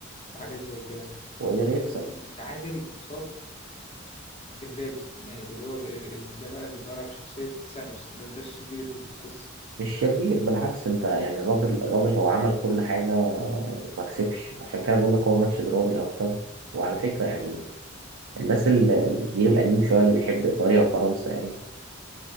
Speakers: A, on the left (about 30°); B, on the right (about 75°).
A: وحاجات زي كده
B: هو قدر
A: وان
B: يكسب
A: انت تبقى متعادل قصاد امبابي يعني اللي هو ال- ال- ال- ده بقى اللي طالع بشخصية سانوس ده, ده الشرير اللي في القصة
B: مش شرير بالعكس انت يعني الراجل الراجل هو عمل كل حاجه وما كسبش عشان كده بقول لك هو ماتش درامي اكتر وعلى فكره يعني الناس ال- الجيل القديم شوية اللي بيحب إيطاليا وفرنسا يعني